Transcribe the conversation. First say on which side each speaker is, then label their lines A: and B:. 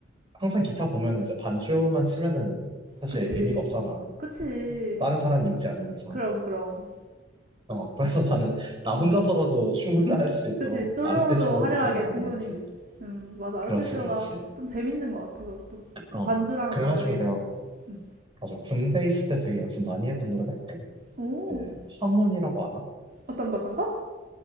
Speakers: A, on the right; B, on the right.
A: 항상 기타 보면 이제 반주만 치면은 사실
B: 그치.
A: 의미가 없잖아.
B: 그치.
A: 다른 사람이 있지 않는 이상.
B: 그럼, 그럼.
A: 어, 그래서 나는 나 혼자서라도
B: 응,
A: 충분히 할 수 있도록
B: 그치. 솔로로도
A: 아르페지오
B: 화려하게
A: 쪽으로 많이
B: 충분히.
A: 했지.
B: 음, 맞아. 아르페지오가
A: 그렇지, 그렇지.
B: 좀 재밌는 것 같아, 그것도.
A: 어.
B: 또 반주랑
A: 그래가지고
B: 다르게.
A: 내가
B: 음.
A: 맞아 군대 있을 때 되게 연습 많이 했던 노래가 있거든.
B: 오,
A: 그 황혼이라고 알아?
B: 어떤 거, 어떤 거?